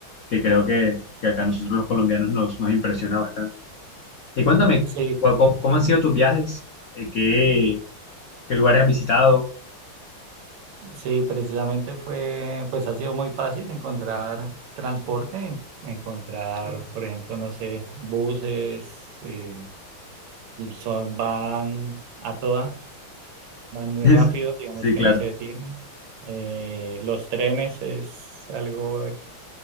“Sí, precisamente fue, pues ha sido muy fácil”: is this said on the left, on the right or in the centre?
Right